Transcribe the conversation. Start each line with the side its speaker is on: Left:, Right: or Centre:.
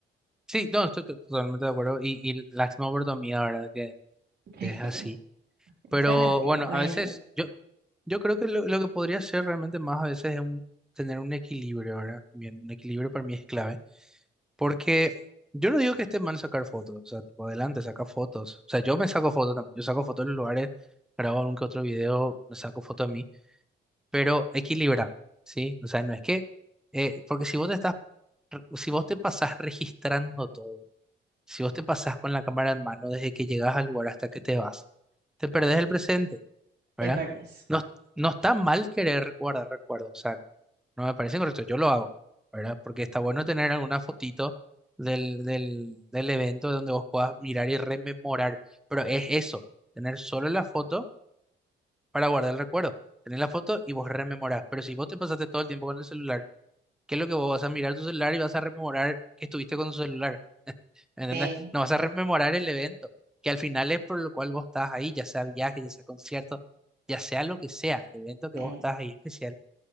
Centre: sí, no, estoy to- totalmente de acuerdo y, y lástima por tu amiga, ¿verdad? Que,
Right: <laughs>
Centre: que es así.
Right: Y
Centre: Pero
Right: son así
Centre: bueno,
Right: hoy
Centre: a
Right: en
Centre: veces
Right: día,
Centre: yo, yo creo que lo, lo que podría ser realmente más a veces es un- tener un equilibrio, ¿verdad? También un equilibrio para mí es clave. Porque yo no digo que esté mal sacar fotos, o sea, tipo adelante, saca fotos. O sea, yo me saco fotos también, yo saco fotos en los lugares, grabo algún que otro video, me saco fotos a mí, pero equilibra, ¿sí? O sea, no es que, eh, porque si vos te estás, re- si vos te pasás registrando todo, si vos te pasás con la cámara en mano desde que llegas al lugar hasta que te vas, te perdés el presente.
Right: de
Centre: ¿verdad?
Right: verdes.
Centre: No, no está mal querer guardar recuerdos, o sea, no me parece correcto, yo lo hago, ¿verdad? Porque está bueno tener alguna fotito del, del, del evento donde vos puedas mirar y rememorar, pero es eso, tener solo la foto para guardar el recuerdo, tener la foto y vos rememorás, pero si vos te pasaste todo el tiempo con el celular, ¿qué es lo que vos vas a mirar tu celular y vas a rememorar que estuviste con tu celular? ¿Entendés?
Right: Sí,
Centre: No vas a rememorar el evento, que al final es por lo cual vos estás ahí, ya sea viaje, ya sea concierto, ya sea lo que sea, el evento que
Right: sí
Centre: vos estás ahí especial.